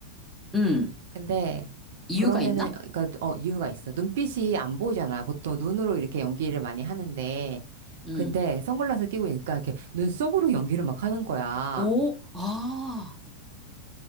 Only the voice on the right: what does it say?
근데
그러면은
그러니까 어 이유가 있어. 눈빛이 안 보이잖아. 보통 눈으로 이렇게 연기를 많이 하는데
근데 선글라스 끼고 있으니까 이렇게 눈썹으로 연기를 막 하는 거야.